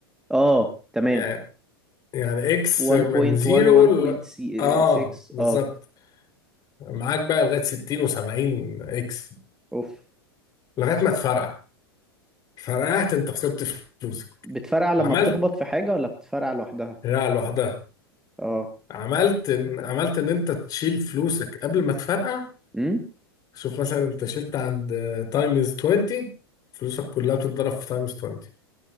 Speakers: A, in the centre; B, on the left.
A: اه تمام
B: يعني يعني اكس
A: 1.1
B: من زيرو
A: 1.6
B: ل... اه بالظبط
A: اه
B: معاك بقى لغايه 60 و70 اكس
A: اوف
B: لغايه ما تفرقع فرقعت انت خسرت فلوسك
A: بتفرقع لما
B: عملت
A: بتخبط في حاجة ولا بتفرقع لوحدها
B: لا لوحدها
A: اه
B: عملت ان عملت ان انت تشيل فلوسك قبل ما تفرقع
A: امم
B: شوف مثلا انت شلت عند تايمز 20 فلوسك كلها بتتضرب في تايمز 20